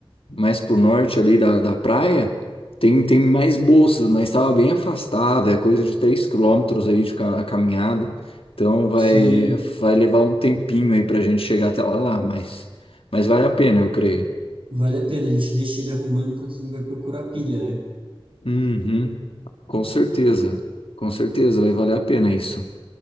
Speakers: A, on the left; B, on the right.
A: mais pro norte ali da, da praia, tem, tem mais bolsas, mas tava bem afastada, é coisa de 3 quilômetros aí de ca- caminhada. Então vai,
B: Sim,
A: vai levar um tempinho aí pra gente chegar até lá, lá, mas, mas vale a pena, eu creio.
B: vale a pena. A gente deixa ele arrumando enquanto a gente vai procurar pilha, né?
A: Uhum, com certeza, com certeza, vai valer a pena isso.